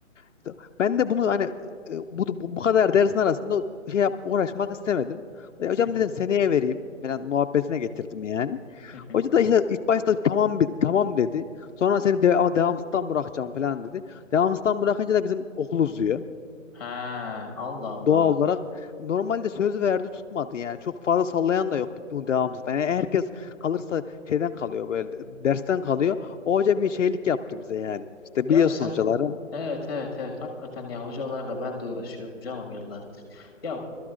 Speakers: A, on the left; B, on the left.
A: İşte ben de bunu hani e, bu, bu, bu kadar dersin arasında şey yap, uğraşmak istemedim. Ya hocam
B: Hı hı.
A: dedim seneye vereyim falan muhabbetine getirdim yani.
B: Hı hı.
A: Hoca da işte ilk başta tamam bir tamam dedi. Sonra seni de, ama devamsızdan bırakacağım falan dedi. Devamsızdan bırakınca da bizim okul uzuyor.
B: Ha, Allah Allah.
A: Doğal olarak normalde söz verdi tutmadı yani. Çok fazla sallayan da yok bu devamsızdan. Yani herkes kalırsa şeyden kalıyor böyle dersten kalıyor. O hoca bir şeylik yaptı bize yani. İşte
B: Ya
A: biliyorsun
B: sen
A: hocaları.
B: evet evet evet hakikaten ya hocalarla ben de uğraşıyorum canım yıllardır. Ya